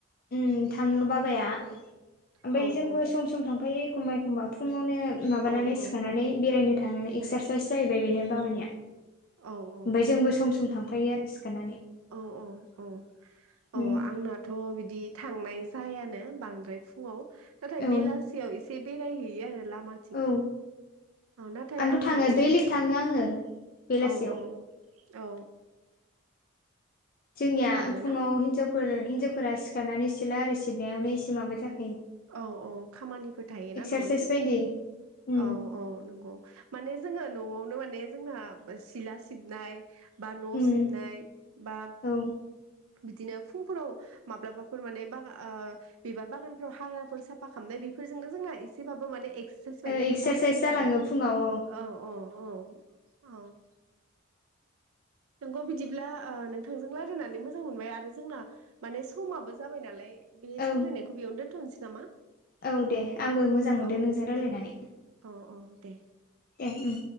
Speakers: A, on the left (about 40°); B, on the right (about 80°).
A: उम थाङो बाबाया
B: औ
A: ओमफ्राय
B: औ
A: जोंबो
B: औ
A: सम सम थांफायो। एखमबा एखमबा फुङावनो माबानानै
B: औ औ
A: सिखारनानै बेरायनो थाङो एक्सारसाइस इस जाहैबाय बेनो बाबानिया
B: औ औ
A: ओमफ्राय जोंबो सम सम
B: नंगौ
A: थांफायो आरो सिखारनानै
B: औ औ औ औ
A: उम
B: आंनाथ बिदि थांनाय जायानो बांद्राय फुङाव। नाथाय
A: औ
B: बेलासियाव इसे बेरायहैयो आरो माथिं
A: औ
B: नाथाय
A: आंथ'
B: आं
A: थाङो
B: माने
A: दैलिग थाङो आङो बेलासियाव
B: औ औ औ
A: जोंनिया
B: फ्रेस मोनोना
A: फुङाव हिनजावफोर हिनजावफोरा सिखारनानै सिला आरो सिबनायावनो एसे माबा जाखा
B: औ औ खामानिफोर थायोना
A: एक्सारसाइस
B: न'नि
A: बायदि उम
B: औ औ नंगौ माने जोङो नआवनो माने जोंना सिला सिबनाय बा न
A: उम
B: सिबनाय बा
A: औ
B: बिदिनो फुंफोराव माब्लाबाफोर माने बागान बिबार बागानफ्राव हाग्राफोर साफा खालामनाय बेफोरजोंनो जोंना एसेबाबो माने ए साइस बायदिनो
A: ओ एक्सारसाइस
B: जाहैयो
A: जालाङो
B: आरो
A: फुङाव
B: औ औ औ। औ नंगौ बिदिब्ला नोंथांजों लाय रायनानै मोजां मोनबाय आरो जोंना माने समाबबो जाबाय नालाय बे
A: औ
B: सावरायनायखौ बेयावनो दोन थनोसै नामा?
A: औ दे आंबो मोजां
B: औ
A: मोनदों नोंजों रायलायनानै।
B: औ औ दे
A: ए ओं